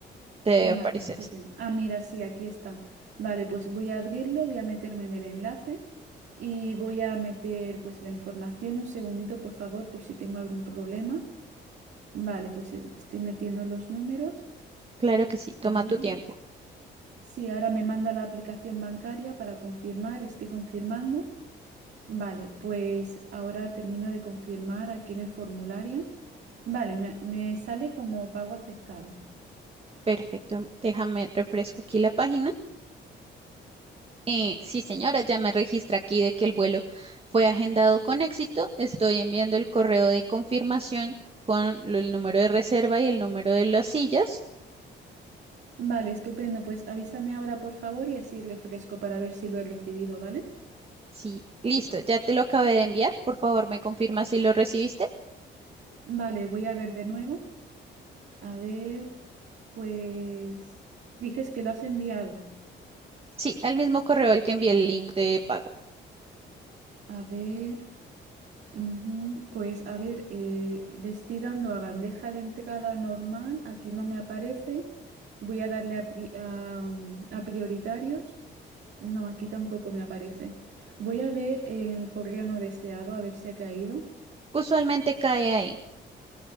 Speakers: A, on the right; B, on the right.
A: Te debe
B: Vale,
A: aparecer
B: estupendo.
A: así.
B: Ah, mira, sí, aquí está. Vale, pues voy a abrirlo, voy a meterme en el enlace y voy a meter pues la información. Un segundito, por favor, por si tengo algún problema. Vale, pues es- estoy metiendo los números.
A: Claro que sí, toma
B: Vale.
A: tu tiempo.
B: Sí, ahora me manda la aplicación bancaria para confirmar, estoy confirmando. Vale, pues ahora termino de confirmar aquí en el formulario. Vale, me, me sale como pago aceptado.
A: Perfecto, déjame refresco aquí la página. Eh, sí, señora, ya me registra aquí de que el vuelo fue agendado con éxito. Estoy enviando el correo de confirmación con lo- el número de reserva y el número de las sillas.
B: Vale, estupendo. Pues avísame ahora, por favor, y así refresco para ver si lo he recibido, ¿vale?
A: Sí, listo, ya te lo acabé de enviar. Por favor, me confirma si lo recibiste.
B: Vale, voy a ver de nuevo. A ver, pues dices que lo has enviado.
A: Sí, al mismo correo al que envié el link de pago.
B: A ver, ujú, pues a ver, eh, le estoy dando a bandeja de entrada normal, aquí no me aparece. Voy a darle a, pri- a, mm, a prioritarios. No, aquí tampoco me aparece. Voy a ver en correo no deseado a ver si ha caído.
A: Usualmente cae ahí.